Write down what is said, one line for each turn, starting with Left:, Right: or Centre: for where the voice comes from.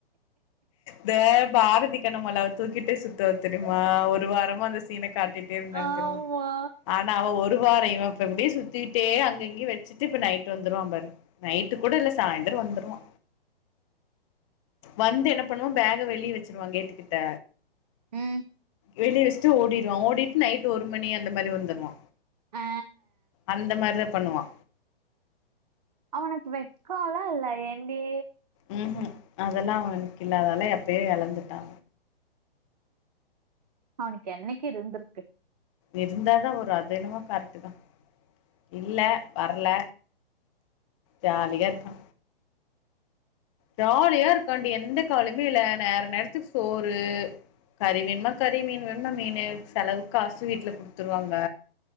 Left: த பாரதி கேட்ட மாட்டாரு தூக்கிட்டே சுத்துவா தெரிமா ஒரு வாரமா அந்த சீன காட்டிட்டே இருந்தாங்க
Right: ஆமா
Left: தெரிமா ஆனா அவ ஒர் இவ ப்படியே சுத்திட்டே அங்க இங்க வச்சுட்டு இப்ப நைட்டு வந்துருவா பாரு நைட்டு கூட இல்ல சாய்ந்தர வந்துருவா வந்து என்ன பண்ணுவ பேக வெளியே வச்சிருவா கேட்டுகிட்ட
Right: ம்
Left: வெளியே வச்சிட்டு ஓடிருவா ஓடிட்டு நைட் ஒரு மணி அந்த மாரி வந்துருவா
Right: ஆ
Left: அந்த மாரித பண்ணுவா
Right: அவனுக் வெக் கால்லா இல்ல ஏண்டி
Left: ம் ஹும் அதெல்லா அவனுக் இல்லதாலா எப்பயே எழந்துட்டா
Right: அவனுக் என்னிக்கு இருந்துருக்கு
Left: இருந்தாதா ஒரு அது. என்னமோ கர் டுதா இல்ல வரல்ல ஜாலியா இருக்கா ஜாலியா இருக்காண்டி எந்த க்காலயுமே இல்ல நேர நேரத்துக்கு சோறு கறி வேண்மா கறி மீன் வேண்ன மீனு செலவுக் காசு வீட்ல குடுத்துருவாங்க.